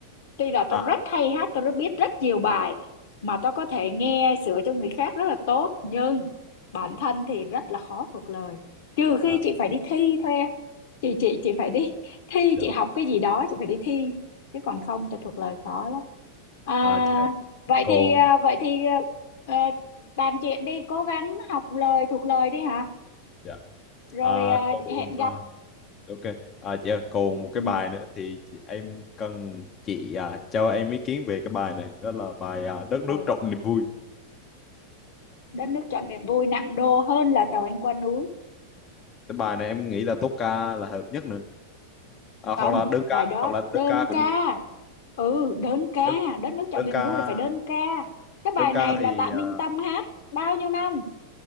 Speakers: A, on the left (about 55°); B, on the left (about 30°).
A: tuy là tôi
B: à
A: rất hay hát tôi rất biết rất nhiều bài mà tôi có thể nghe sửa cho người khác rất là tốt nhưng bản thân thì rất là khó thuộc lời trừ khi
B: à
A: chị phải đi thi thôi em chị chị chị phải đi thi
B: dạ
A: chị học cái gì đó chị phải đi thi chứ còn không tôi thuộc lời khó lắm À,
B: à dạ
A: vậy
B: còn
A: thì à, vậy thì à, à, bàn chuyện đi cố gắng học lời thuộc lời đi hả
B: dạ
A: rồi
B: à
A: à,
B: còn
A: hẹn gặp
B: à, ok à dạ còn một cái
A: ừ.
B: bài nữa thì chị- em cần chị à, cho em ý kiến về cái bài này đó là bài à, đất nước
A: ừ.
B: trọn niềm vui
A: đất nước chọn niềm vui nặng đô hơn là tàu anh qua núi
B: cái bài này em nghĩ là tốp ca là hợp nhất nữa à,
A: không
B: hoặc là đơn ca
A: bài đó
B: hoặc là đơn
A: đơn
B: ca cũng
A: ca
B: được
A: ừ đơn ca
B: đơn
A: đất nước chọn
B: đơn
A: niềm
B: ca
A: vui là phải đơn ca cái bài
B: đơn ca
A: này
B: thì
A: là Tạ Minh
B: à,
A: Tâm hát bao nhiêu năm